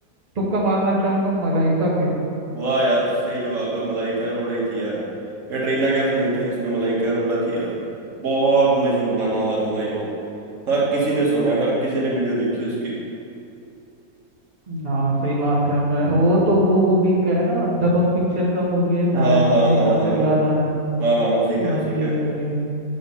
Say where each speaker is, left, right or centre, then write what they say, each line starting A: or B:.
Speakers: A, on the right; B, on the right.
A: तुक्का मारना चाहूंगा मलाइका पे
B: वाह यार सही जवाब है मलाइका अरोड़ा ही थी यार कैटरीना कैफ नहीं थी उसमें मलाइका अरोड़ा थी यार बहुत मशहूर गाना हुआ था भाई वो हर किसी ने सुना है हर किसी ने वीडियो देखी उसकी
A: हाँ सही बात है मैं वो तो वो मूवी का है ना दबंग पिक्चर का मूवी है शायद
B: हाँ हाँ
A: मुझे
B: हाँ
A: जहाँ
B: हाँ
A: तक
B: वो-
A: याद आ रहा है
B: हाँ हाँ उसी का
A: हाँ
B: उसी
A: जी
B: का
A: हाँ जी